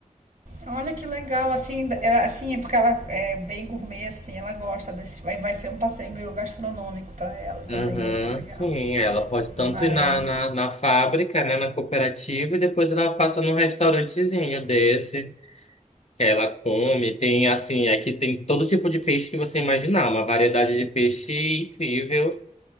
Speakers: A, on the right; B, on the left.
A: Olha que legal, assim, é, assim, é porque ela é bem gourmet, assim, ela gosta desse, vai, vai ser um passeio meio gastronômico para ela também,
B: Uhum,
A: vai ser legal.
B: sim, ela pode tanto
A: Vai.
B: ir na, na, na fábrica, né, na cooperativa, e depois ela passa num restaurantezinho desse, que ela come, tem assim, aqui tem todo tipo de peixe que você imaginar, uma variedade de peixe incrível